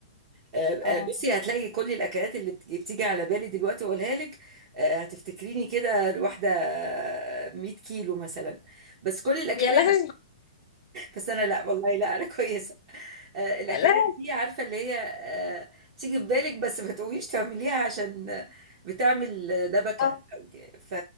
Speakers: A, on the right; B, on the left.
A: آه،
B: اه
A: آه، بصي هتلاقي كل الاكلات اللي بت- بتيجي على بالي دلوقتي اقولها لك آه، هتفتكريني كده واحده 100 كيلو مثلا بس كل الاكلات
B: يا لهوي
A: بس انا لا والله لا انا <laughs> كويسه آه، الاكلات
B: لا
A: دي عارفه اللي هي آه، تيجي في بالك بس ما تقوميش تعمليها عشان آه، بتعمل دبكه
B: اه
A: ف